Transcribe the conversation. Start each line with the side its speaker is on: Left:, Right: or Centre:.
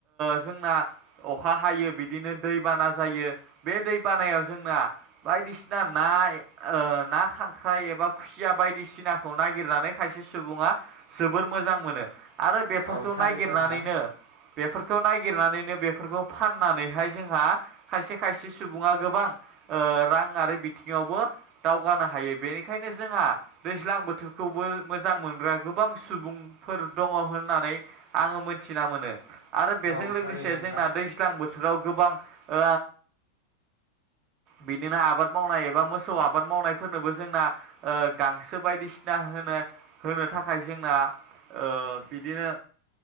Right: जोंना अखा अखा हायो बिदिनो दै बाना जायो। बे दैबानायाव जोंना बायदिसिना ना ओ ना, खांख्राइ एबा खुसिया बायदिसिनाखौ नागिरनानै खायसे सुबुङा जोबोर मोजां मोनो आरो बेफोरखौ
Left: औ थारैनो
Right: नागिरनानैनो
Left: नोंथां
Right: बेफोरखौ नागिरनानैनो बेफोरखौ फाननानैहाय जोंहा खायसे खायसे सुबुङा गोबां ओ राङारि बिथिङावबो दावगानो हायो। बेनिखायनो जोंहा दैज्लां बोथोरखौ बो मोजां मोनग्रा गोबां सुबुंफोर दङ होननानै आङो मोनथिना मोनो। आरो बेजों
Left: औ
Right: लोगोसे
Left: थारैनो
Right: जोंना
Left: नोंथां
Right: दैज्लां बोथोराव गोबां ओ बिदिनो आबाद मावनाय एबा मोसौ आबाद मावनायफोरनोबो जोंना ओ गांसो बायदिसिना होना होनो थाखाय जोंना ओ बिदिनो